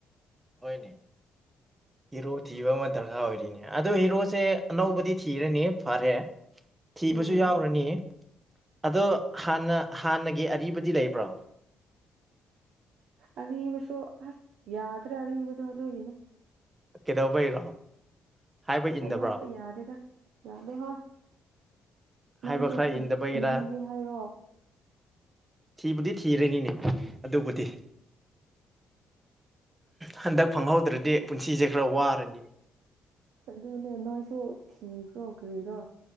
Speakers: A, on the right; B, on the right.
A: ꯍꯣꯏꯅꯦ ꯍꯤꯔꯣ ꯊꯤꯕ ꯑꯃ ꯗꯔꯀꯥꯔ ꯑꯣꯏꯔꯤꯅꯦ ꯑꯗꯨ ꯍꯤꯔꯣꯁꯦ ꯑꯅꯧꯕꯗꯤ ꯊꯤꯔꯅꯤ ꯐꯔꯦ ꯊꯤꯕꯁꯨ
B: ꯎꯝ
A: ꯌꯥꯎꯔꯅꯤ ꯑꯗꯣ ꯍꯥꯟꯅ ꯍꯥꯟꯅꯒꯤ ꯑꯔꯤꯕꯗꯤ ꯂꯩꯕ꯭ꯔꯣ
B: ꯑꯔꯤꯕꯁꯨ ꯌꯥꯗ꯭ꯔꯦ ꯑꯔꯤꯕꯗꯣ ꯑꯗꯨꯒꯤꯅꯤ
A: ꯀꯩꯗꯧꯕꯩꯔꯣ ꯍꯥꯏꯕ
B: ꯍꯥꯏꯗꯣꯄ
A: ꯏꯟꯗꯕ꯭ꯔꯣ
B: ꯌꯥꯗꯦꯗ ꯌꯥꯗꯦ ꯍꯣꯏ ꯅꯪꯁꯨ
A: ꯍꯥꯏꯕ ꯈꯔ ꯏꯟꯗꯕꯩꯔꯥ
B: ꯊꯤꯕꯤꯒꯦ ꯍꯥꯏꯔꯣ
A: ꯊꯤꯕꯨꯗꯤ ꯊꯤꯔꯅꯤꯅꯦ ꯑꯗꯨꯕꯨꯗꯤ ꯍꯟꯗꯛ ꯐꯪꯍꯧꯗ꯭ꯔꯗꯤ ꯄꯨꯟꯁꯤꯁꯦ ꯈꯔ ꯋꯥꯔꯅꯤ
B: ꯑꯗꯨꯅꯦ ꯅꯣꯏꯁꯨ ꯊꯤꯈ꯭ꯔꯣ ꯀꯔꯤꯔꯥ